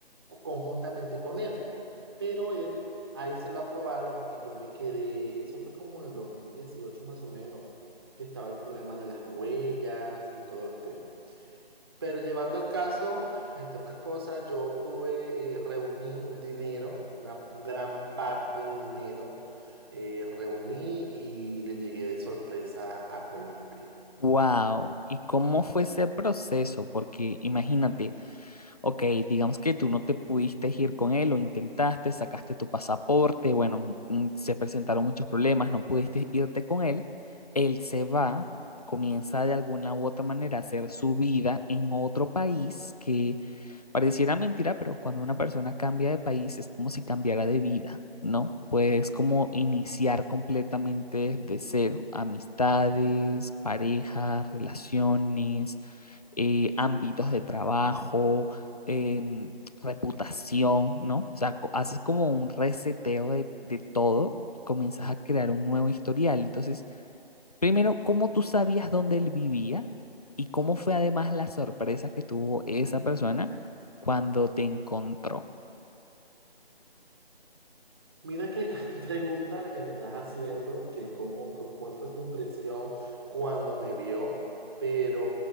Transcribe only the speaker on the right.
co- conjuntamente con él, pero él, a él se lo aprobaron y yo me quedé, eso fue como en el 2018 más o menos, que estaba el problema de las huellas y todo el tema. Pero llevando al caso, entre otras cosas, yo tuve, eh, reuní un dinero, una gran parte de dinero, eh, reuní y le llegué de sorpresa a Colombia.
Mira qué gran <laughs> pregunta la que me estás haciendo, que cómo, cu- cuál fue su impresión cuando me vio, pero